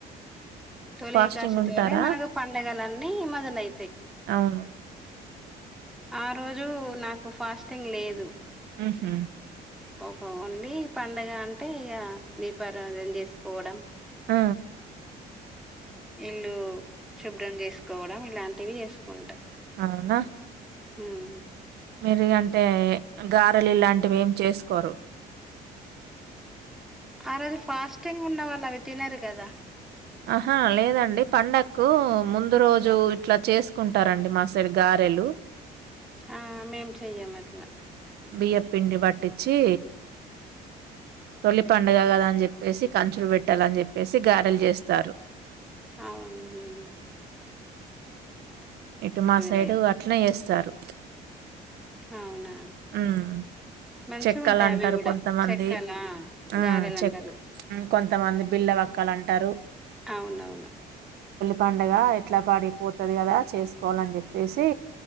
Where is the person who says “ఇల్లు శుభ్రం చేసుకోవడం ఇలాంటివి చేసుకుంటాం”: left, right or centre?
Centre